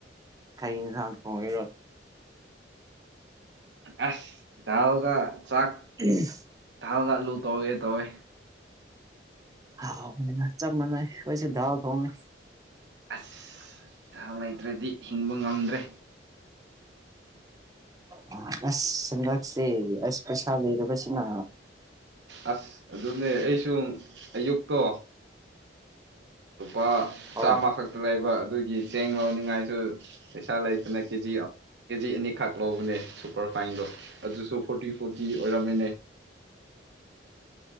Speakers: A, on the right (about 20°); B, on the right (about 75°).
A: ꯀꯩ ꯏꯟꯁꯥꯡ ꯊꫭꯡꯒꯦꯔꯣ
B: ꯑꯁ ꯗꯥꯜꯒ ꯆꯥꯛ
A: <inaudible>
B: ꯗꯥꯜꯒ ꯑꯂꯨ ꯇꯧꯒꯦ ꯇꯧꯋꯦ
A: ꯍꯥꯎꯕꯅꯦꯗ ꯆꯞ ꯃꯥꯟꯅꯩ ꯈꫭꯏꯁꯨ ꯗꯥꯜ ꯊꯣꯡꯉꯦ
B: ꯑꯁ ꯊꯥꯎ ꯂꯩꯇ꯭ꯔꯥꯗꯤ ꯍꯤꯡꯕ ꯉꯝꯗ꯭ꯔꯦ
A: ꯑꯥ ꯑꯁ ꯍꯟꯗꯛ ꯁꯦ ꯑꯁ ꯄꯩꯁꯥ ꯂꯩꯗꯕꯁꯤꯅ
B: ꯑꯁ ꯑꯗꯨꯅꯦ ꯑꯩꯁꯨ ꯑꯌꯨꯛꯇꯣ ꯂꯨꯄꯥ
A: ꯍꯣꯏ
B: ꯆꯥꯝꯃ ꯈꯛꯇ ꯂꯩꯕ ꯑꯗꯨꯒꯤ ꯆꯦꯡ ꯂꯧꯅꯤꯡꯉꯥꯏꯁꯨ ꯄꯩꯁꯥ ꯂꯩꯇꯅ ꯀꯦꯖꯤ ꯑꯥ ꯀꯦꯖꯤ ꯑꯅꯤꯈꯛ ꯂꯧꯕꯅꯦ ꯁꯨꯄꯔ ꯐꯥꯏꯟꯗꯣ ꯑꯗꯨꯁꯨ ꯐꯣꯔꯇꯤ ꯐꯣꯔꯇꯤ ꯑꯣꯏꯔꯝꯃꯦꯅꯦ